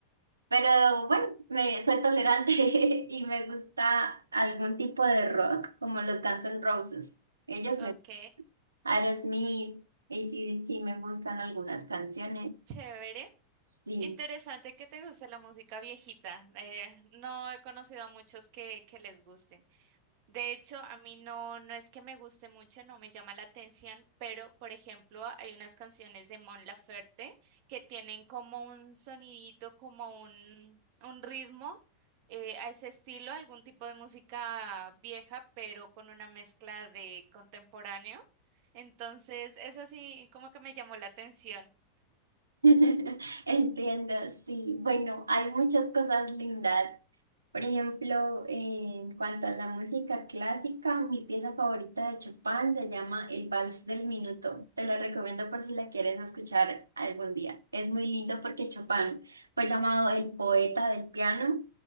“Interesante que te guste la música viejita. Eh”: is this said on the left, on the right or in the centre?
Right